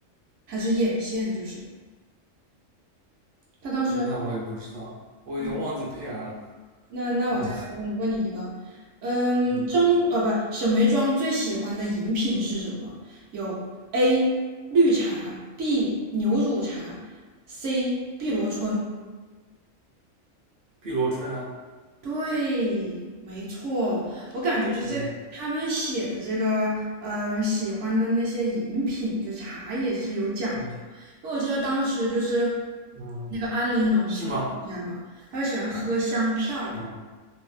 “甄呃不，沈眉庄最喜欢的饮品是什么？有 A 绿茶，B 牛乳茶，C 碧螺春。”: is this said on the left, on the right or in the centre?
Right